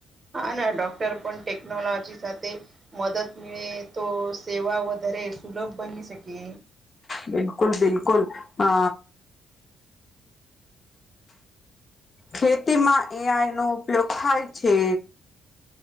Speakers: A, on the right; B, on the left.
A: હા, ના ડોક્ટર પણ ટેકનોલોજી સાથે મદદ મળે તો સેવા વધારે સુલભ બની શકે.
B: બિલકુલ, બિલકુલ અ. ખેતીમાં એઆઈનો ઉપયોગ થાય છે.